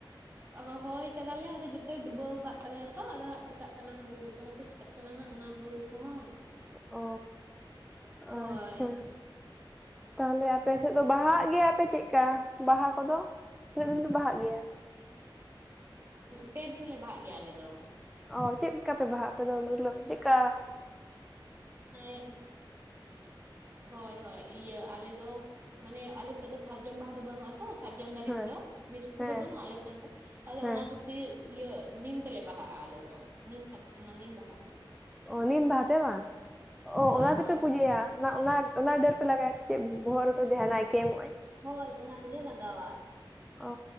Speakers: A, on the right (about 25°); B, in the centre.
A: ᱨᱚᱦᱚᱭ ᱠᱟᱫᱟᱞᱮ ᱟᱫᱚ ᱡᱚᱛᱚᱭ ᱰᱩᱵᱟᱹᱣ ᱠᱟᱫ ᱛᱟᱞᱮᱭᱟ ᱛᱚ ᱟᱫᱚ ᱦᱟᱸᱜ ᱪᱤᱠᱟᱹᱜ ᱠᱟᱱᱟ ᱦᱟᱸᱜ ᱜᱩᱡᱩᱜ ᱠᱟᱱᱟ ᱥᱮ ᱪᱤᱠᱟᱜ ᱠᱟᱱᱟ ᱦᱟᱸᱜ ᱚᱱᱟ ᱦᱩᱲᱩ ᱠᱚᱦᱚᱸ ᱾
B: ᱚ ᱾
A: ᱦᱳᱭ
B: ᱚ ᱟᱪᱷᱟ ᱛᱟᱦᱞᱮ ᱟᱯᱮᱥᱮᱫ
A: ᱦᱳᱭ
B: ᱫᱚ ᱵᱟᱦᱟᱜ ᱜᱮᱭᱟ ᱯᱮ ᱪᱮᱫᱠᱟ? ᱵᱟᱦᱟ ᱠᱚᱫᱚ ᱛᱤᱱᱟᱹᱜ ᱫᱤᱱ ᱫᱚ ᱵᱟᱦᱟᱜ ᱜᱮᱭᱟ?
A: ᱯᱮ ᱫᱤᱱ ᱞᱮ ᱵᱟᱦᱟᱜ ᱜᱮᱭᱟ ᱟᱞᱮ ᱫᱚ ᱾
B: ᱚ ᱪᱮᱫᱞᱮᱠᱟ ᱯᱮ ᱵᱟᱦᱟᱜᱼᱟ ᱟᱯᱮ ᱫᱚ ᱢᱚᱛᱞᱚᱵ ᱪᱮᱫᱞᱮᱠᱟ
A: ᱢ <unintelligible> ᱦᱳᱭ ᱦᱳᱭ ᱤᱭᱟᱹ ᱟᱞᱮ ᱫᱚ ᱢᱟᱱᱮ ᱟᱞᱮᱥᱮᱫ ᱫᱚ ᱥᱟᱨᱡᱚᱢ ᱵᱟᱦᱟ ᱫᱚ ᱵᱟᱹᱱᱩᱜᱼᱟ ᱛᱚ ᱥᱟᱨᱡᱚᱢ ᱫᱟᱨᱮ
B: ᱦᱮᱸ
A: ᱠᱚᱫᱚ ᱵᱤᱨ ᱠᱚᱫᱚ
B: ᱦᱮᱸ
A: ᱵᱟᱹᱱᱩᱜᱼᱟ ᱟᱞᱮ ᱥᱮᱱ ᱫᱚ ᱟᱫᱚ
B: ᱦᱮᱸ
A: ᱚᱱᱟ ᱠᱷᱟᱹᱛᱤᱨ ᱛᱤ ᱤᱭᱟᱹ ᱱᱤᱢ ᱛᱮᱞᱮ ᱵᱟᱦᱟᱜᱼᱟ ᱟᱞᱮᱫᱚ ᱱᱤᱢ ᱥᱟᱠᱟᱢ ᱚᱱᱟ ᱱᱤᱢ ᱵᱟᱦᱟ ᱛᱮ ᱾
B: ᱚ ᱱᱤᱢ ᱵᱟᱦᱟ ᱛᱮ ᱵᱟᱝ ᱚ
A: ᱦᱳᱭ
B: ᱚᱱᱟ
A: ᱦᱳᱭ
B: ᱛᱮᱯᱮ ᱯᱩᱡᱟᱹᱭᱟ ᱾ ᱚᱱᱟ ᱚᱱᱟ ᱚᱱᱟ ᱰᱟᱹᱨ ᱯᱮ ᱞᱟᱜᱟᱭᱟ ᱪᱮᱫ ᱵᱚᱦᱚᱜ ᱨᱮᱫᱚ ᱡᱟᱦᱟ ᱱᱮᱭᱠᱮ ᱮᱢᱚᱜ-ᱟᱭ ᱾
A: ᱦᱳᱭ ᱚᱱᱟ ᱜᱮᱞᱮ ᱞᱟᱜᱟᱣᱟ ᱾
B: ᱚ